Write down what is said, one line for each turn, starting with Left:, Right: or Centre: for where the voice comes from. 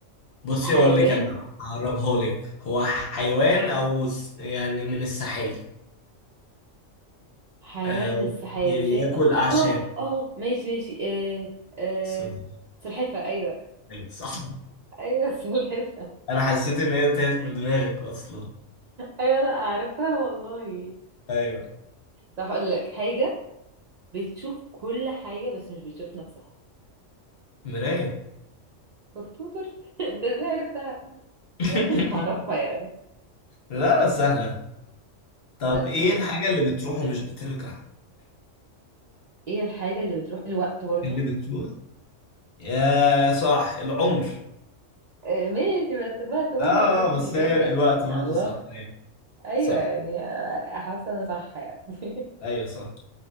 Left: بصي
Right: حيوان
Left: اقول لك انا هقربها لك هو حيوان او س- يعني من السحالي
Right: حيوان
Left: آه
Right: مش حي-
Left: ياكل
Right: شايل قصر
Left: اعشاب
Right: اه اه ماشي ماشي آه آه
Left: سوري.
Right: سلحفة ايوه
Left: أيوة، صح
Right: ايوه <laughs> سلحفة
Left: <laughs> انا حسيت ان هي تاهت من دماغك اصلا
Right: ايوه لا عرفتها والله
Left: ايوه
Right: طب هقول لك حاجة بتشوف كل حاجة بس مش بتشوف نفسها
Left: مراية
Right: شطور <laughs> انت ازاي عرفتها
Left: <laughs>
Right: انا قلت مش هعرفها يعني
Left: لا سهلة طب
Right: شطور
Left: ايه الحاجة اللي بتروح ومش بترجع
Right: ايه الحاجة اللي بتروح الوقت برضه
Left: اللي بتروح يا صح العمر
Right: آه ماشي بس الوقت برضه
Left: اه
Right: بيروح
Left: آه، بس
Right: ومش بيرجع
Left: هي
Right: يعني
Left: الوقت برضه
Right: الله
Left: صح ايوه
Right: ايوه
Left: صح
Right: يعني آه، حاسه انا صح يعني <laughs>
Left: ايوه صح